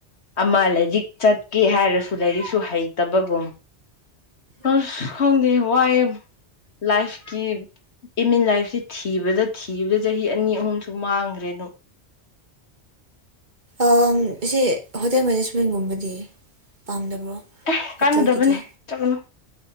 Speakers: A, on the left; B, on the right.
A: ꯑꯃ ꯂꯥꯏꯔꯤꯛ ꯆꯠꯀꯦ ꯍꯥꯏꯔꯁꯨ ꯂꯥꯏꯔꯤꯛꯁꯨ ꯍꯩꯇꯕꯒꯨꯝ ꯑꯁ ꯈꯪꯗ‌ꯦ ꯋꯥꯏ ꯂꯥꯏꯐꯀꯤ ꯏꯃꯤꯟ ꯂꯥꯏꯐꯁꯤ ꯊꯤꯕꯗ ꯊꯤꯕꯗ ꯆꯍꯤ ꯑꯅꯤ ꯑꯍꯨꯝꯁꯨ ꯃꯥꯡꯈ꯭ꯔꯦ ꯑꯗꯨꯝ
B: ꯑꯥꯝ ꯑꯁꯤ ꯍꯣꯇꯦꯜ ꯃꯦꯅꯦꯖꯃꯦꯟꯒꯨꯝꯕꯗꯤ ꯄꯥꯝꯗꯕ꯭ꯔꯣ
A: ꯑꯦ
B: ꯍꯣꯇꯦꯜꯒꯤꯗꯤ
A: ꯀꯥꯟꯅꯗꯕꯅꯦ ꯆꯠꯀꯅꯨ